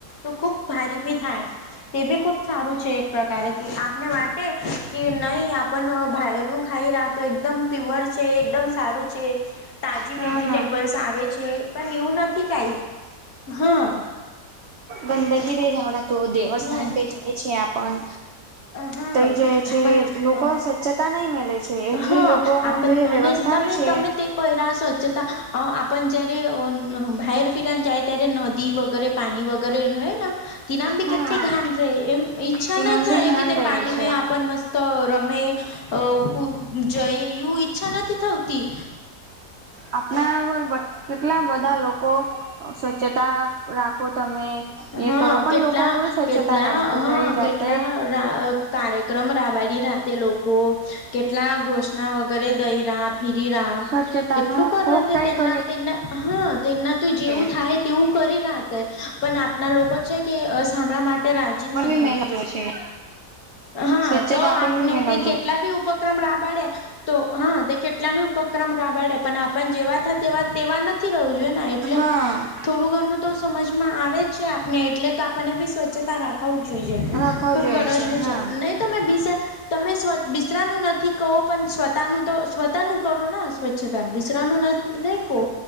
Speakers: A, on the left; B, on the right.
A: તો ખૂબ ભારી ભી થાય. તે બી ખૂબ સારું છે એક પ્રકારે કે આપને વાટે કે નહીં આપણ બાહરનું ખાઈ રાખ તો એકદમ પ્યોઅર છે, એકદમ સારું છે. તાજી
B: હા
A: વેજીિટેબલ્સ
B: ના
A: આવે છે પણ એવું નથી કઈ હમ
B: ગંદગીરી જવડા તો દેવસ્થાન
A: હા
B: પ જાય છે આપણ
A: હા
B: તઈ જાય છે
A: આપણ
B: લોકો
A: અ
B: સ્વચ્છતા નહી મેલે છે એટલી
A: હા
B: લોકો મન્જે
A: આપણ
B: વ્યવસ્થા
A: અને તમે
B: બી છે.
A: તમે તે કોઈ રાહ સ્વચતા અ આપણ જય્યારે ભાહર ફિરાને જાય ત્યારે નદી વગેરે પાણી વગેરે રહે ન ઇ નામ બી
B: હા
A: કેટલી ઘાન રે એમ ઈચ્છા
B: લંબી
A: નાહી થાય.
B: ઘાન રહે છે
A: આપન મસ્ત રમે ખૂ જય એવું ઈચ્છા નથી થવતી
B: આપણા વટ કેટલા બધા લોકો સ્વચ્છતા રાખો તમે એ
A: હા
B: કરો પણ
A: કેટલા
B: લોકો કોઈ સ્વચ્છતા
A: કેટલા
B: નહી રાખતું
A: હા
B: જઈ જાત
A: કેટલા કાર્યક્રમ રાબાડી રાતે લોકો કેટલા ઘોષણા વગેરે દઈ રહ ફીરી રા
B: સ્વચ્છતા
A: કેટલું
B: ન
A: કર
B: ખુબ
A: ર
B: કઈ
A: તેમના
B: કરી
A: તેના હા તેના તો જેવું
B: છે,
A: થાય તેવું કરી રાખ પણ આપણા લોકો છે કે સાભળા માટે રાજી નથી.
B: મેલા ર છે.
A: હા
B: સ્વચ્છતા
A: તો
B: આપણ
A: આપને
B: બી મેલાવ
A: તે કેટ
B: જોઈએ
A: કેટલા બી ઉપક્રમ રાબાડે તો હા તે કેટલા બી ઉપક્રમ રાબાડે પણ આ પણ જેવા થ તેવા તેવા નથી રહેવું જોઈએ ને એટલે
B: હા
A: થોડું ઘરનું તો સમજમાં આવે જ છે આપને એટલે કે આપણને બી સ્વચ્છતા રાખ ખા વુ જ જોઈ છે
B: રાખવું
A: ખુબ
B: જોઈએ
A: ગરજનું
B: હા
A: છે નહી તમે બ તમે બિસરાનું નથી કહો પણ સ્વતાનું તો સ્વતા નું કરો ને સ્વચ્છતા બિસરાનું નથી નહી કહો